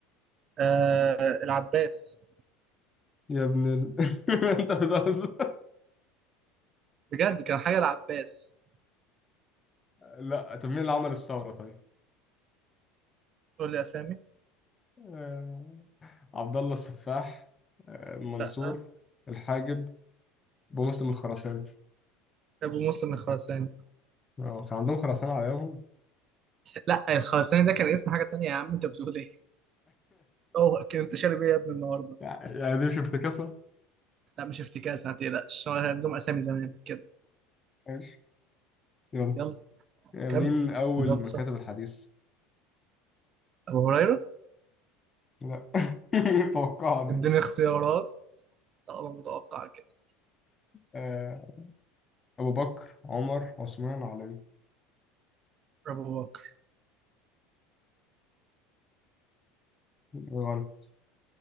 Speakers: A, on the right; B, on the left.
A: آه العباس
B: يا ابن ال... <laughs> أنت بتهزر
A: بجد كان حاجة العباس
B: لا طب مين اللي عمل الثورة طيب
A: تقول لي أسامي
B: آه، عبد الله السفاح آه، منصور
A: لا
B: الحاجب بمسلم الخراساني
A: أبو مسلم الخراساني
B: اه كان عندهم خراسانة على ايامهم
A: لا الخراساني ده كان اسم حاجة تانية يا عم أنت بتقول إيه هو كان أنت شارب إيه يا ابني النهاردة
B: <laughs> يعني دي مش افتكاسة
A: لا مش افتكاس ما تقلقش هو كان عندهم أسامي زمان كده
B: ماشي يلا
A: يلا
B: آه،
A: كمل
B: مين أول
A: جاوب
B: من
A: صح
B: كتب الحديث؟
A: أبو هريرة
B: لا <laughs> متوقعة دي
A: اديني اختيارات طالما متوقع كده
B: آه، أبو بكر عمر عثمان علي
A: أبو بكر
B: غلط